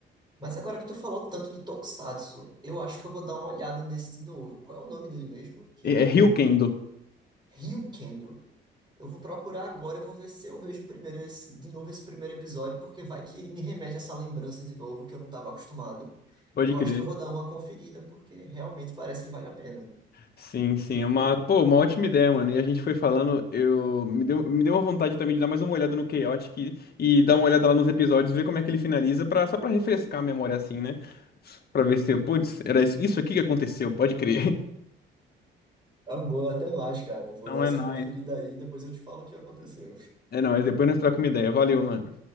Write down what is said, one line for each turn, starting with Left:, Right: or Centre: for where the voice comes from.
Right: Mas agora que tu falou tanto de Tokusatsu, eu acho que eu vou dar uma olhada nesse de novo. Qual é o nome dele mesmo? Que,
Left: É, é Ryukendo,
Right: porque Ryukendo. Eu vou procurar agora, eu vou ver se eu vejo primeiro esse, de novo esse primeiro episódio, porque vai que me remete a essa lembrança de novo que eu não estava acostumado.
Left: pode
Right: Eu
Left: crer.
Right: acho que eu vou dar uma conferida, porque realmente parece que vale a pena.
Left: Sim, sim, é uma, pô, uma ótima ideia, mano. E a gente foi falando, eu me deu, me deu uma vontade também de dar mais uma olhada no Chaotic e, e dar uma olhada lá nos episódios, ver como é que ele finaliza, pra, só pra refrescar a memória assim, né? Pra ver se eu, putz, era isso isso aqui que aconteceu, pode crer.
Right: Tá bom, até mais, cara.
Left: <laughs>
Right: Vou
Left: Não
Right: dar essa
Left: é nóis.
Right: conferida aí e depois eu te falo o que aconteceu.
Left: É nóis, depois nós trocamos uma ideia. Valeu, mano.